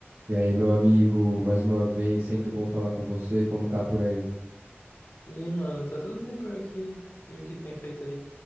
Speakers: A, on the right (about 80°); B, on the left (about 60°).
A: E aí, meu amigo, mais uma vez, sempre bom falar com você, como tá por aí?
B: E aí, mano, tá tudo bem por aqui? E o que tem feito aí?